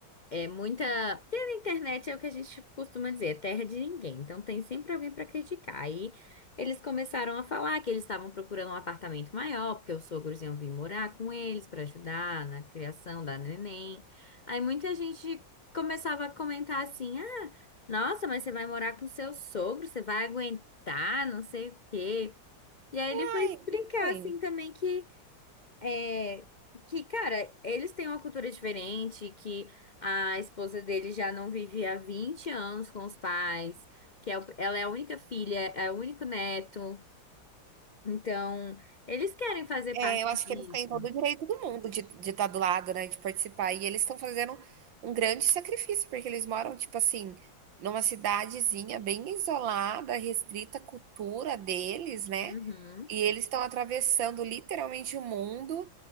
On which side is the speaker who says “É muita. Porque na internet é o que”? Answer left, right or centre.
Left